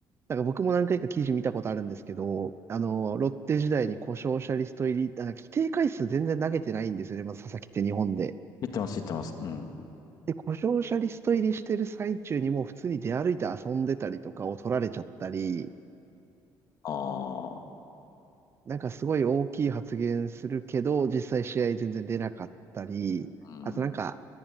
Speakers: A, on the right; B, on the left.
A: なんか僕も何回か記事見たことあるんですけど、あの、ロッテ時代に故障者リスト入り、あ規定回数全然投げてないんですよね。まず佐々木って日本で。
B: 言ってます、言ってます。うん。
A: で、故障者リスト入りしてる最中にもう普通に出歩いて遊んでたりとかを取られちゃったり、
B: ああ、
A: なんかすごい大きい発言するけど、実際試合全然出なかったり、
B: うん、
A: あとなんか、